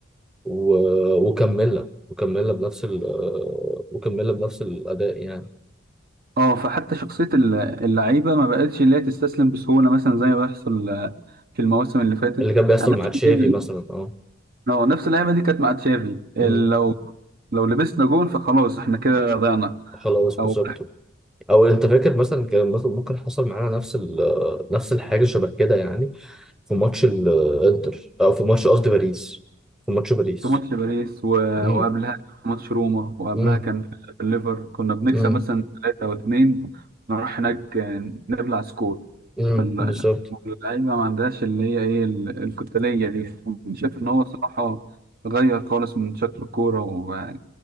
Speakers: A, in the centre; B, on the right (about 50°).
A: و... وكملنا وكملنا بنفس ال... وكملنا بنفس الاداء يعني
B: اه فحتى شخصية ال- اللعيبة ما بقتش اللي هي تستسلم بسهولة مثلا زي ما بيحصل آه، في المواسم اللي فاتت
A: اللي كان بيحصل
B: أنا نفس
A: مع تشافي
B: اللعيبة دي
A: مثلا اه
B: اه نفس اللعيبة دي كانت مع تشافي ال-
A: امم
B: لو لو لبسنا جون فخلاص احنا كده ضيعنا
A: خلاص
B: او
A: بالظبط او انت فاكر مثلا كان مثلا ممكن حصل معانا نفس ال... نفس الحاجه شبه كده يعني في ماتش الانتر او في ماتش قصدي باريس في ماتش باريس
B: في ماتش باريس و...
A: امم
B: وقبلها كان في ماتش روما وقبلها
A: امم
B: كان في في الليفر كنا بنكسب
A: امم
B: مثلا ثلاثة أو اتنين نروح هناك آه، نبلع سكور
A: امم
B: فاللعيبة
A: بالظبط
B: ما عندهاش اللي هي إيه ال- الكتالية دي شايف إن هو صراحة غير خالص من شكل الكورة و...